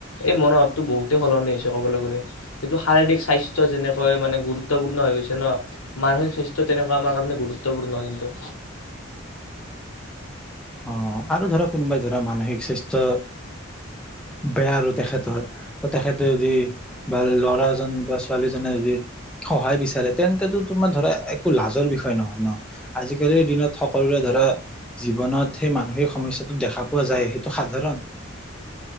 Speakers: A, on the left (about 85°); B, in the centre.
A: এই মনোভাৱটো বহুতেই সলনি হৈছে কবলৈ গলে এইটো শাৰীৰিক স্বাস্থ্য যেনেকৈ মানে গুৰুত্বপূৰ্ণ হৈ গৈছে ন মানসিক স্বাস্থ্য তেনেকুৱা আমাৰ কাৰণে গুৰুত্ব গুৰুত্বপূৰ্ণ কিন্তু
B: অ আৰু ধৰা কোনোবাই ধৰা মানসিক স্বাস্থ্য বেয়া আৰু তেখেতৰ তেখেতে যদি বা ল'ৰাজন বা ছোৱালীজনে যদি সহায় বিচাৰে তেন্তে তোমাৰ ধৰা একো লাজৰ বিষয় নহয় ন আজিকালিৰ দিনত সকলোৰে ধৰা জীৱনত সেই মানসিক সমস্যাটো দেখা পোৱা যায় সেইটো সাধাৰণ